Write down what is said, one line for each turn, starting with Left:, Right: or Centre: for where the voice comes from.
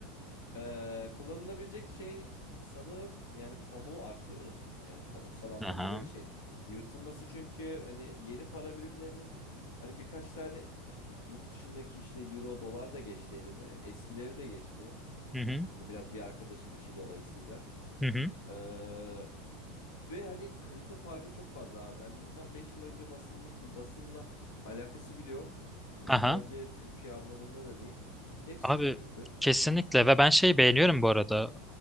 Left: Ee, kullanılabilecek şey sanırım yani pamuğu arttırırım. Yani pamuksal anlamda
Centre: Aha.
Left: böyle şey yırtılması çünkü hani yeni para birimlerinin hani birkaç tane yurt dışındaki işte euro dolar da geçti elime. Eskileri de geçti.
Centre: Hı hı.
Left: Biraz bir arkadaşın işi dolayısıyla.
Centre: Hı hı.
Left: Ee, ve hani kalite farkı çok fazla abi. Hani bundan 5 yıl önce basılmış bir basımla alakası bile yok. Hani
Centre: Aha.
Left: sadece Türkiye anlamında da değil. Hepsi
Centre: Abi
Left: çok kötü.
Centre: kesinlikle ve ben şey beğeniyorum bu arada.